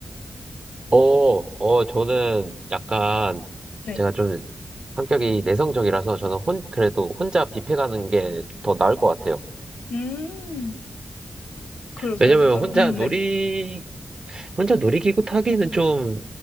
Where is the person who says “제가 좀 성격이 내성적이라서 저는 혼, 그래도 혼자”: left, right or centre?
Right